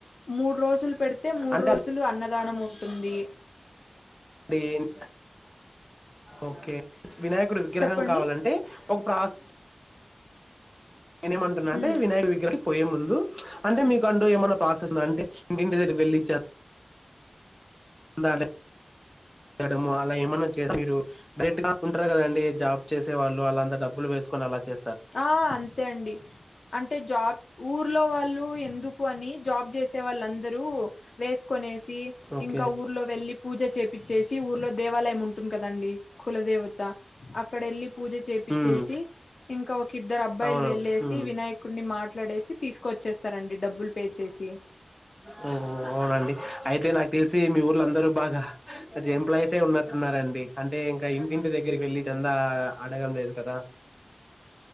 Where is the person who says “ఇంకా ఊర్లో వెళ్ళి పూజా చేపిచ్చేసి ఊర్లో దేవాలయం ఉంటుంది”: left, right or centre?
Left